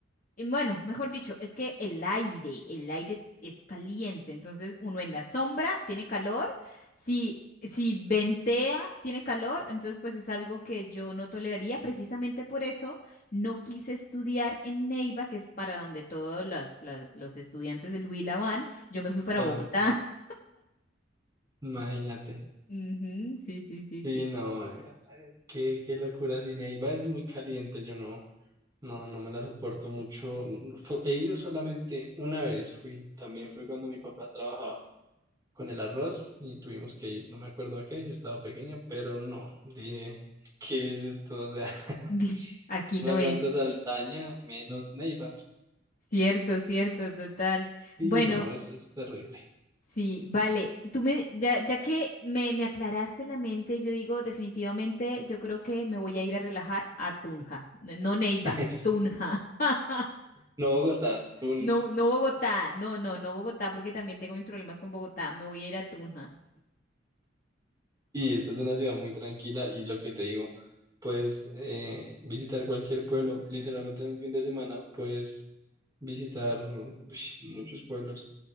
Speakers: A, on the left; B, on the right.
A: Y Bueno, mejor dicho, es que el aire, el aire es caliente, entonces uno en la sombra tiene calor, si, si ventea tiene calor, entonces pues es algo que yo no toleraría, precisamente por eso no quise estudiar en Neiva, que es para donde todos los, los- los estudiantes del Huila van, yo me fui para
B: claro,
A: Bogotá.
B: imagínate.
A: <laughs> Ujú, sí, sí, sí,
B: Sí,
A: sí.
B: no, ay, qué, qué locura. Sí, Neiva es muy caliente, yo no, no, no me la soporto mucho. Fu- he ido solamente una vez, fui, también fue cuando mi papá trabajaba con el arroz y tuvimos que ir, no me acuerdo a qué, yo estaba pequeño, pero no, dije, ¿qué es esto? O sea, <laughs>
A: <laughs> Aquí
B: no
A: no
B: aguanto
A: es.
B: Saldaña, menos Neiva.
A: Cierto, cierto, total.
B: Sí,
A: Mm. Bueno,
B: no, eso es terrible.
A: Sí, vale. Tú me, ya, ya que me, me aclaraste la mente, yo digo definitivamente, yo creo que me voy a ir a relajar a Tunja. N- No Neiva,
B: <laughs>
A: Tunja. <laughs>
B: No Bogotá, tú
A: No, no Bogotá, no, no, no Bogotá, porque también tengo mis problemas con Bogotá. Me voy a ir a Tunja.
B: Y esta es una ciudad muy tranquila y lo que te digo, puedes eh, visitar cualquier pueblo, literalmente en un fin de semana puedes visitar ush, muchos pueblos.